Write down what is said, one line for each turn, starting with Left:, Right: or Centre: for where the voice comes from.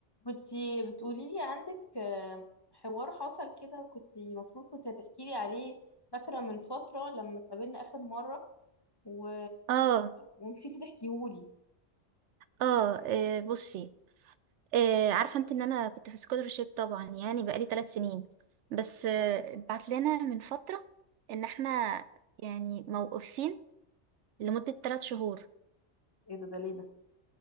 Left: كنتي بتقولي لي عندك آه، حوار حصل كده وكنتي المفروض كنت هتحكي لي عليه فاكرة من فترة لما اتقابلنا آخر مرة و...
Right: اه
Left: ونسيتي تحكيهولي
Right: اه آه، بصي آه عارفه انت ان انا كنت في سكولرشيب طبعا يعني بقالي ثلاث سنين بس آه
Left: اوكي
Right: بعت لنا من فتره ان احنا يعني موقوفين لمده ثلاث شهور
Left: ايه ده ده ليه ده